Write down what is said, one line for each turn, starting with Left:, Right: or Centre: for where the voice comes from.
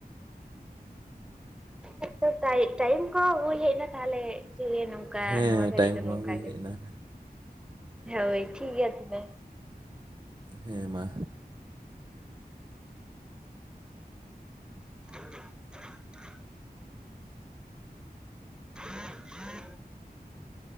Centre: ᱟᱪᱷᱟ <unintelligible> ᱴᱟᱭᱤᱢ ᱠᱚ ᱦᱩᱭ ᱦᱮᱡ ᱮᱱᱟ ᱛᱟᱦᱚᱞᱮ ᱴᱷᱤᱠ <unintelligible> ᱱᱚᱝᱠᱟ
Right: ᱦᱮᱸ
Centre: ᱱᱚᱣᱟ ᱜᱷᱟᱹᱲᱤᱡ
Right: ᱴᱟᱭᱤᱢ
Centre: ᱫᱚ
Right: ᱠᱚᱢᱟ
Centre: ᱱᱚᱝᱠᱟ
Right: ᱦᱩᱭ
Centre: ᱜᱮ
Right: ᱦᱮᱡ ᱮᱱᱟ
Centre: ᱦᱳᱭ ᱴᱷᱤᱠ ᱜᱮᱭᱟ ᱛᱚᱵᱮ
Right: ᱦᱮᱸ ᱢᱟ
Centre: <inaudible> <unintelligible>